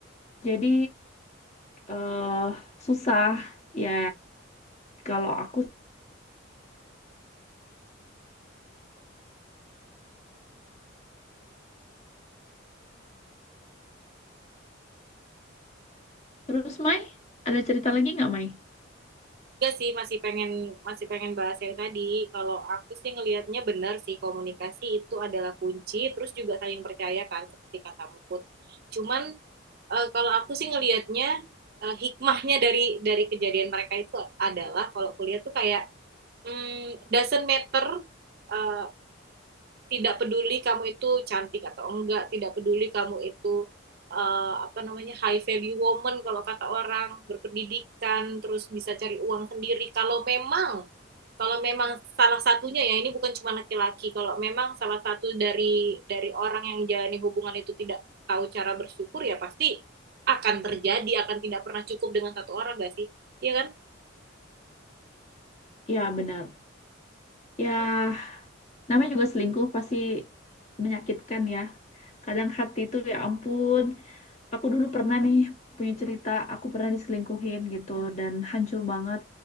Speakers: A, on the left; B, on the right.
A: jadi eh susah ya Kalau aku, Terus Mai, ada cerita lagi nggak Mai?
B: Enggak sih, masih pengen masih pengen bahas yang tadi. Kalau aku sih ngelihatnya benar sih komunikasi itu adalah kunci, terus juga saling percaya kan seperti kata Mukut. Cuman eh, kalau aku sih ngelihatnya eh, hikmahnya dari dari kejadian mereka itu adalah kalau kuliah tuh kayak mm, doesn't matter eh, tidak peduli kamu itu cantik atau enggak, tidak peduli kamu itu eh, apa namanya high value woman kalau kata orang berpendidikan terus bisa cari uang sendiri kalau memang kalau memang salah satunya ya ini bukan cuma laki-laki kalau memang salah satu dari dari orang yang menjalani hubungan itu tidak tahu cara bersyukur ya pasti akan terjadi akan tidak pernah cukup dengan satu orang gak sih Iya kan
A: ya benar. Ya,
B: Hmm,
A: namanya juga selingkuh pasti menyakitkan ya. Kadang hati itu ya ampun. Aku dulu pernah nih punya cerita, aku pernah diselingkuhin gitu dan hancur banget.